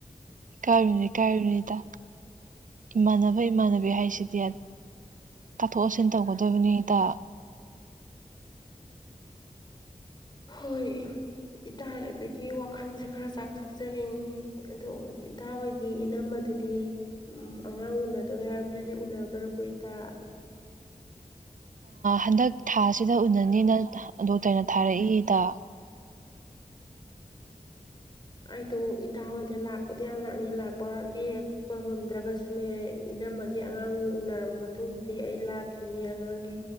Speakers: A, on the right (about 70°); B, on the left (about 35°).
A: ꯏꯀꯥꯏꯔꯨꯅꯨ ꯏꯀꯥꯏꯔꯨꯅꯨ ꯏꯇꯥ ꯏꯃꯥꯟꯅꯕ ꯏꯃꯥꯟꯅꯕꯤ ꯍꯥꯏꯁꯤꯗꯤ ꯇꯥꯊꯣꯛ ꯇꯥꯁꯤꯟ ꯇꯧꯒꯗꯕꯅꯤ ꯏꯇꯥ
B: ꯍꯣꯏ ꯏꯇꯥ ꯂꯩꯕꯒꯤ ꯋꯥꯈꯜꯁꯦ ꯈꯔ ꯆꯥꯎꯊꯣꯛꯆꯔꯤꯅꯤ ꯑꯗꯣ ꯏꯇꯥ ꯍꯣꯏꯒꯤ ꯏꯅꯝꯃꯗꯨꯗꯤ ꯑꯉꯥꯡ ꯎꯅ ꯇꯧꯔꯦ ꯍꯥꯏꯕꯗꯨꯗꯤ ꯎꯅꯒ꯭ꯔꯕꯣ ꯏꯇꯥ
A: ꯍꯟꯗꯛ ꯊꯥꯁꯤꯗ ꯎꯅꯅꯤꯅ ꯗꯣꯛꯇꯔꯅ ꯊꯥꯔꯛꯏ ꯏꯇꯥ
B: ꯑꯩꯗꯣ ꯏꯇꯥ ꯍꯣꯏꯗ ꯂꯥꯛꯄꯗꯤ ꯌꯥꯝ ꯂꯥꯛꯅꯤꯡ ꯂꯥꯛꯄ ꯂꯦꯛꯄ ꯉꯝꯗ꯭ꯔꯒꯁꯨꯅꯦ ꯏꯅꯝꯃꯒꯤ ꯑꯉꯥꯡꯒꯤ ꯎꯅꯔꯝꯕ ꯃꯇꯨꯡꯗꯗꯤ ꯑꯩ ꯂꯥꯛꯈꯤꯅꯤ ꯑꯉꯥꯡꯒꯤ